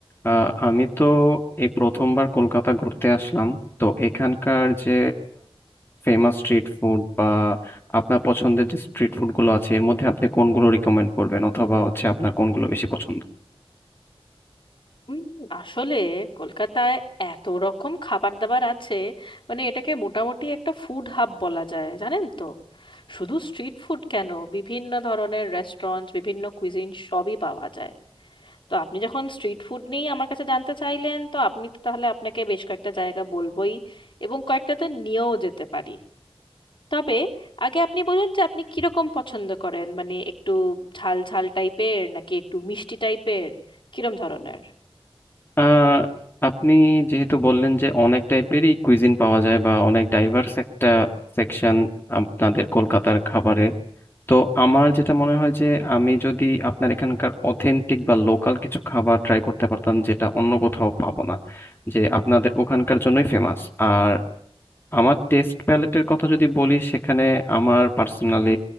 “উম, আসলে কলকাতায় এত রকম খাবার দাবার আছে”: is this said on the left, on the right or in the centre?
Left